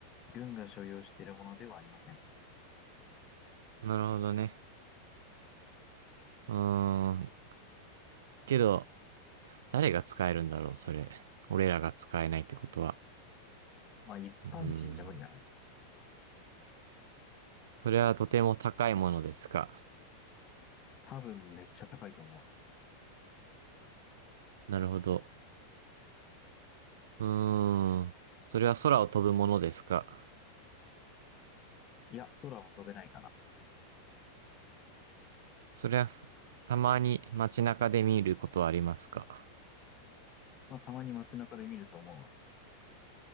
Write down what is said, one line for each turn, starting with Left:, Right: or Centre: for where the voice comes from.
Left: 軍が所有しているものではありません。
Right: なるほどね。うーん。けど、誰が使えるんだろう、それ。俺らが使えないってことは。
Left: まあ、一般人じゃ無理だな。
Right: うーん。それはとても高いものですか。
Left: 多分めっちゃ高いと思う。
Right: なるほど。うーん。それは空を飛ぶものですか。
Left: いや、空は飛べないかな。
Right: それはふ、たまに街中で見ることはありますか。
Left: まあ、たまに街中で見ると思うわ。